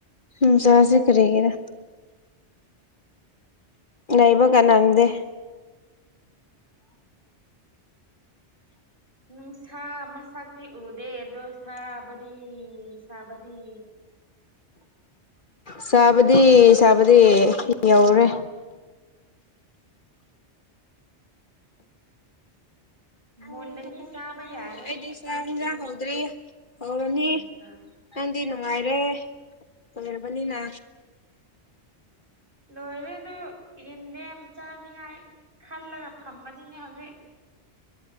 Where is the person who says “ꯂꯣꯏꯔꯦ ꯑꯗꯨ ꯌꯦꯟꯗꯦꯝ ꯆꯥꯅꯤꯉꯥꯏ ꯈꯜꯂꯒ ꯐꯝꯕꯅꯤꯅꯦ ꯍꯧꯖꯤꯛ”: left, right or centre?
Right